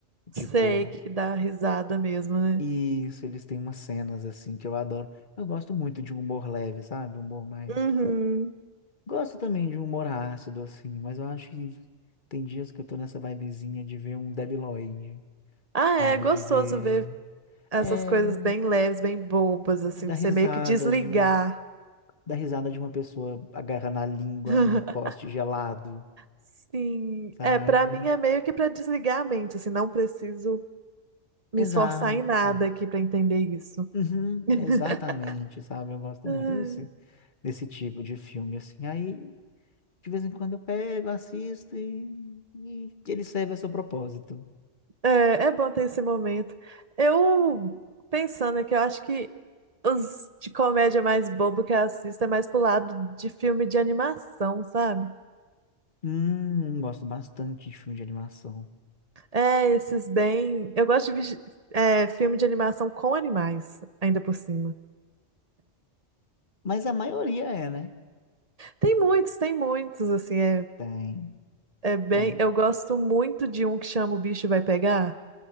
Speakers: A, on the left (about 45°); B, on the right (about 35°).
A: Tipo,
B: Sei que dá risada mesmo, né?
A: isso, eles têm umas cenas assim que eu adoro. Eu gosto muito de humor leve, sabe? Humor mais
B: Uhum.
A: Gosto também de um humor ácido, assim, mas eu acho que tem dias que eu tô nessa vibezinha de ver um Debi Lloyd,
B: Ah,
A: sabe?
B: é gostoso
A: De ver.
B: ver essas
A: É.
B: coisas bem leves, bem bobas, assim,
A: De dar
B: pra
A: risada
B: você meio que desligar.
A: de um. Dar risada de uma pessoa agarrando a língua
B: <laughs>
A: num poste gelado,
B: Sim,
A: sabe?
B: é, pra mim é meio que pra desligar a mente, assim, não preciso me
A: Exato.
B: esforçar em nada aqui pra entender isso.
A: Uhum,
B: <laughs>
A: exatamente, sabe? Eu gosto
B: Ai,
A: muito desse, desse tipo de filme, assim. Aí, de vez em quando eu pego, assisto e, e ele serve a seu propósito.
B: É, é bom ter esse momento. Eu, pensando aqui, eu acho que os de comédia mais bobo que eu assisto é mais pro lado de filme de animação, sabe?
A: Hum, gosto bastante de filme de animação.
B: É, esses bem. Eu gosto de vesti- é, filme de animação com animais, ainda por cima.
A: Mas a maioria é, né?
B: Tem muitos, tem muitos, assim, é,
A: Tem.
B: é bem.
A: A-
B: Eu gosto muito de um que chama O Bicho Vai Pegar.